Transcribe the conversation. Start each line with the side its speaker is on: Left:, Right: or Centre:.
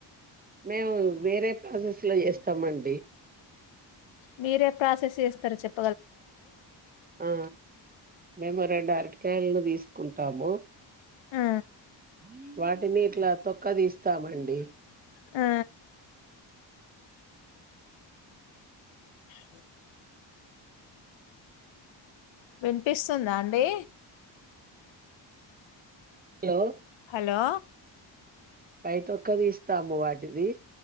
Right: మేము వేరె ప్రాసస్ లో చేస్తామండి.
Left: మీరే ప్రాసెస్ చేస్ తరు చెప్
Right: ఆ మెమో రెండు అరటి క్యాయ్లు తీసుకుంటాము.
Left: ఆ
Right: హ వాటిని ఇట్లా తొక్క తీస్తామండి
Left: ఆ స వినిపిస్తుందా అండి
Right: లో
Left: హలో
Right: పైతొక్క తీస్తాము వాటిది.